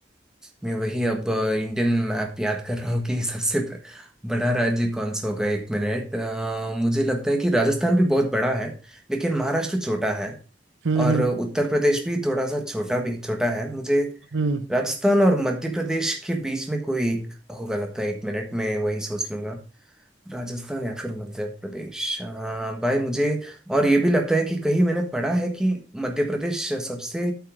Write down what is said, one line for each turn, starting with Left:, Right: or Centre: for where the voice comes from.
Centre: मैं वही अब इंडियन मैप याद कर रहा हूँ कि सबसे ब- बड़ा राज्य कौन सा होगा एक मिनट अ, मुझे लगता है कि राजस्थान भी बहुत बड़ा है लेकिन महाराष्ट्र छोटा है
Right: हम्म
Centre: और
Right: हम्म
Centre: उत्तर प्रदेश भी थोड़ा सा छोटा भी छोटा है मुझे
Right: हम्म
Centre: राजस्थान और मध्य प्रदेश के बीच में कोई एक होगा लगता है एक मिनट में वही सोच लूंगा राजस्थान या फिर मध्य प्रदेश हाँ भाई मुझे और ये भी लगता है कि कहीं मैंने पढ़ा है कि मध्य प्रदेश सबसे